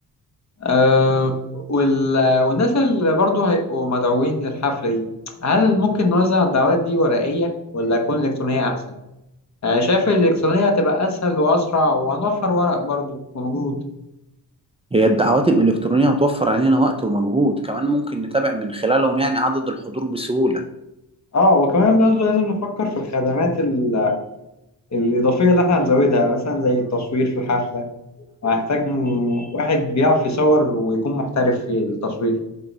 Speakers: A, on the left; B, on the right.
A: آه، وال... والناس اللي برضه هيبقوا مدعوين للحفلة دي هل ممكن نوزع الدعوات دي ورقية ولا تكون إلكترونية أحسن؟ أنا شايف الإلكترونية هتبقى أسهل وأسرع وهنوفر ورق برضه ومجهود
B: هي الدعوات الإلكترونية هتوفر علينا وقت ومجهود كمان ممكن نتابع من خلالهم يعني عدد الحضور بسهولة
A: اه وكمان برضه لازم نفكر في الخدمات ال- الإضافية اللي احنا هنزودها مثلا زي التصوير في الحفلة وهنحتاج م- واحد بيعرف يصور ويكون محترف في التصوير